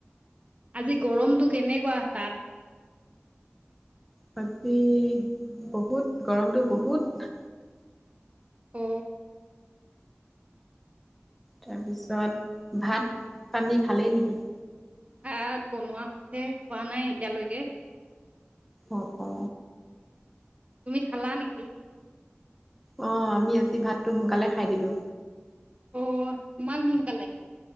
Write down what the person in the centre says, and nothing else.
বাকী বহুত গৰমতটো বহুত।
তাৰপিছত ভাত পানী খালেই নেকি?
অ', অ'।
অ' আমি আজি ভাতটো সোনকালে খাই দিলো।